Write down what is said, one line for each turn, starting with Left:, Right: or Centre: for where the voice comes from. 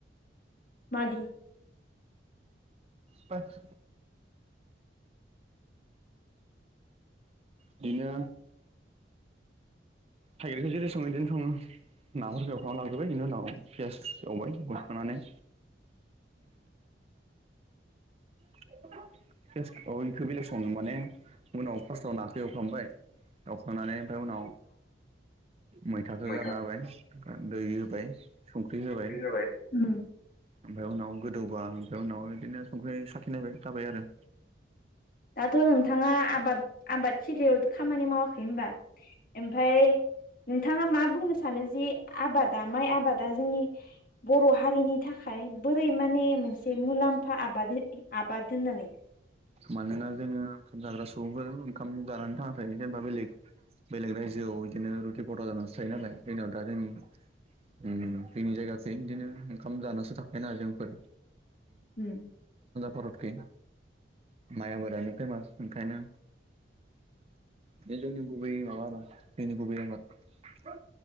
Left: मलि
Right: ब <unintelligible> बिनो थाइगिरखौ जेरै सङ बिदिनो संो, नाफोर जौखांना लांजोबबाय बेनि उनाव पिस एवबाय बरखांनानै <inaudible> फ बेखौ बेलेग सङो माने उनाव फार्स्टआव नाखौ एवखांबाय होनुानै ओमफ्राय उनाव मैथखौ
Left: मैथाखौ
Right: गारना होबाय दै होबाय संख्रि होबाय
Left: ओंख्रि उम
Right: ओमफफ्राय उनाव गोदौबा ओमफ्राय उनाव बिदिनो संख्रि साखिनायबाय थाबाय आरो।
Left: दाथ' नोंथाङा आबाद आबाद थलियाव खामानि मावाखै होनोमबा? ओमफ्राय नोंथाङा मा बुंनो सानो जि आबादा माइ आबादा जोंनि बर' हारिनि थाखाय बोरै माने मोनसे मुलाम्फा आबाद आबाद होननानै।
Right: मानोना जोङो ओंखाम जाग्रा सुबुंफोरजों ओंखाम जानानै थांा थायो जेनेबा बेलेग बेलेग रायजोआव बिदिनो रुथि फथा जानांोन। सिफायो नालाय जोंनियाव दा जोंनि। ओम जोंनि जायगाखै इदिनो ओंखाम जानासो थाखायो ना जोंफोर।
Left: होम।
Right: भरतखै माइ आबारानो फेमास ओंखायनो। बे जोंनि गुबै माबा ना जोंनि गुबै आबाद।